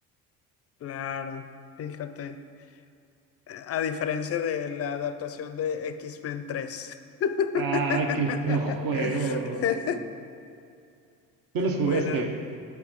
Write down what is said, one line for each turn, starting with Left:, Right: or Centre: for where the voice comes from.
Left: claro, fíjate. A diferencia de la adaptación de X-Men tres. <laughs>
Right: Ay, qué feo juego. ¿Tú los jugaste?
Left: Bueno,